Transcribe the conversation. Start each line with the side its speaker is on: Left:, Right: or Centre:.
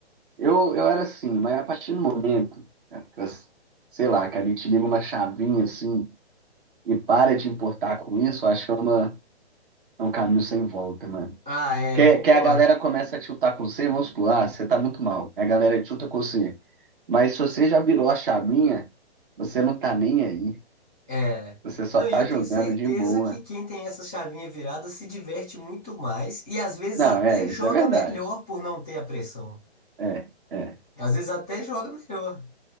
Right: eu, eu era assim, mas a partir do momento, né, que eu- sei lá, que ali te liga uma chavinha assim e para de importar com isso, eu acho que é, uma, é um caminho sem volta, mano.
Centre: Ah, é,
Right: Que,
Centre: eu concordo.
Right: que a galera começa a tiltar com você, vamos supor, ah, você tá muito mal. A galera tilta com você. Mas se você já virou a chavinha, você não tá nem aí.
Centre: É.
Right: Você só
Centre: Não,
Right: tá
Centre: e eu
Right: jogando
Centre: tenho certeza
Right: de boa.
Centre: que quem tem essa chavinha virada se diverte muito mais e às vezes
Right: Não,
Centre: até
Right: é, isso
Centre: joga
Right: é verdade.
Centre: melhor por não ter a pressão,
Right: É, é.
Centre: Às vezes até joga melhor.